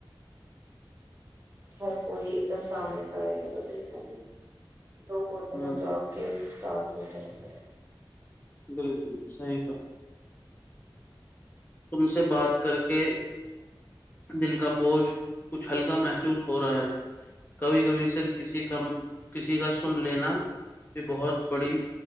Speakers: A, on the right; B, on the left.
A: ہر کوئی ایک دم سامنے کھڑا ہے ب طریق لگ ہوتے
B: ہوں
A: ہیں جو آپ کے ساتھ ہوتے ہیں پے
B: بالکل صحی کا تم سے بات کر کے دل کا بوجھ کچھ ہلکا محسوس ہو رہا ہے کبھی کبھی صرف کسی کا کسی کا سن لینا یہ بہت بڑی